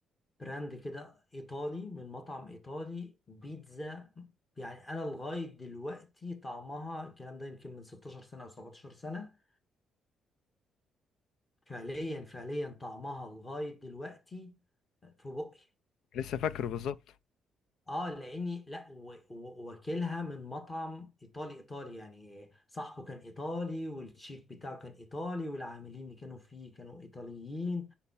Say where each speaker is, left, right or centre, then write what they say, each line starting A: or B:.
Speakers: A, on the left; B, on the left.
A: براند كده ايطالي من مطعم ايطالي بيتزا يعني انا لغاية دلوقتي طعمها الكلام ده يمكن من 16 سنة او 17 سنة فعليا فعليا طعمها لغاية دلوقتي في بقي
B: لسه فاكره بالظبط
A: اه لاني لا و- و- واكلها من مطعم ايطالي ايطالي يعني صاحبه كان ايطالي والشيف بتاعه كان ايطالي والعاملين اللي كانوا فيه كانوا ايطاليين